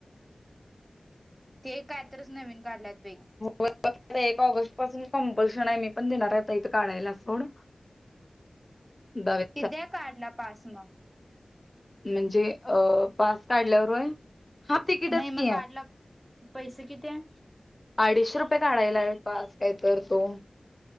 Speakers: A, on the right; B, on the left.
A: ते कायतरच नवीन काढल्यात बाई.
B: व फक्त एक ऑगस्ट पासून कंपल्शन आहे. मी पण देणार आहे इथं काढायला सोड. बावीस
A: कीदया काढला पास मग
B: म्हणजे अ पास काढल्यावर होय. हा तिकीटच
A: नाही. मग
B: की
A: काढला. पैसे किती आहे?
B: अडीचशे रुपये काढायला आहेत पास काय तर तो.